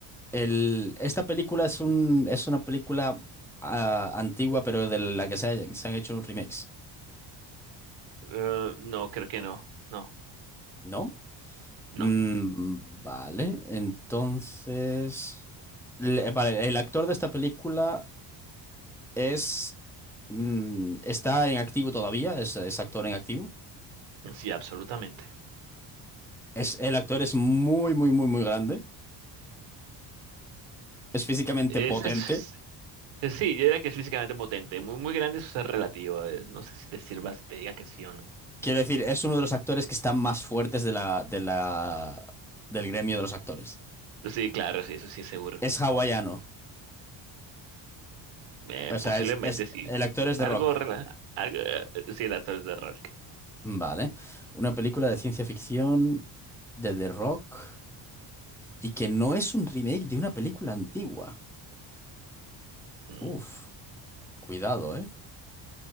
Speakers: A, in the centre; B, on the right (about 80°).
A: el- esta película es un, es una película ah, antigua, pero de la que se, ha- se han hecho un remix,
B: Eh, no, creo que no. No.
A: ¿no?
B: No.
A: Mm, vale, entonces... le- vale, el actor de esta película es... mm, está en activo todavía, es, es actor en activo.
B: Sí, absolutamente.
A: Es, el actor es muy, muy, muy, muy grande. Es físicamente
B: Es,
A: potente.
B: es- es- sí, yo diría que es físicamente potente. Muy, muy grande, eso es relativo. eh, No sé si te sirva, si te diga que sí o no.
A: Quiero decir, es uno de los actores que están más fuertes de la, de la, del gremio de los actores.
B: Sí, claro, sí, eso sí es seguro.
A: Es hawaiano.
B: Eh,
A: O sea,
B: posiblemente
A: es, es,
B: sí.
A: el actor es
B: Algo,
A: The Rock.
B: rela- algo, eh, sí, el actor de Rock.
A: Vale. Una película de ciencia ficción de The Rock y que no es un remake de una película antigua.
B: Mm.
A: Uf, cuidado, ¿eh?